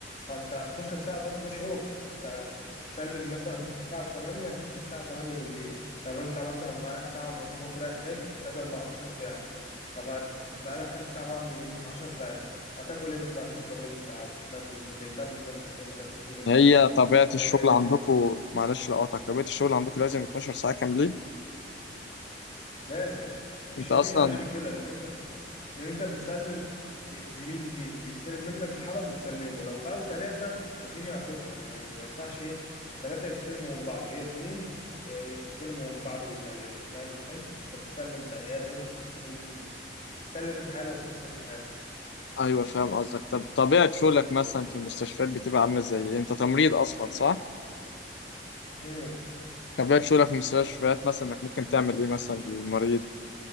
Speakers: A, on the left (about 40°); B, on the left (about 75°).
A: فانت 12 ساعه بس ده شغل انت هتسلم مثلا الساعه 8 هتمشي الساعه 8 بالليل طب انت مثلا معاك ساعه مواصلات رايح جاي ادي 14 ساعه طب بقالك كام ساعه بقى من اليوم 10 ساعات هتاكل امتى هتشرب امتى هتنام تهتم بنفسك امتى تخرج امتى
B: هي طبيعة
A: إيه
B: الشغل عندكم معلش لو قاطعك طبيعة الشغل عندكم لازم 12 ساعة كاملين
A: لازم مفيش
B: انت اصلا
A: مفيش اقل من كده لان انت لان انت بتسلم س- زميل ليك بيستلم منك الحاله وبتسلمه لو بقوا ثلاثه الدنيا هتخرب يعني ما ينفعش ايه ثلاثه يستلموا من بعض هي اتنين يستلموا من بعض ويسلموا فاهم ازاي انت بتسلم بني ادم وتستلم بني بتسلم حاله وتستلم حاله
B: <laughs> ايوه فاهم قصدك طب طبيعة شغلك مثلا في المستشفيات بتبقى عاملة ازاي إيه؟ انت تمريض اصلا صح؟
A: امم
B: طبيعة شغلك في المستشفيات مثلا انك ممكن تعمل ايه مثلا للمريض